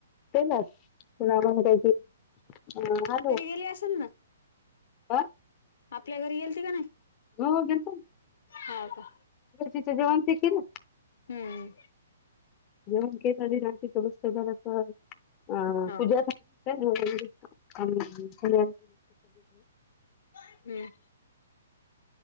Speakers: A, on the left; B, on the left.
A: तेलाच. त का अ हॅलो.
B: केले असन ना.
A: बर.
B: आपल्या घरी येल ते का नाही.
A: हो हो गेलतो.
B: हो का.
A: तिचे जेवान ते के ना.
B: हम्म.
A: जेवण के दि नाची स अस अ
B: हो
A: पूजाच. सगळे घ <inaudible> त
B: हम्म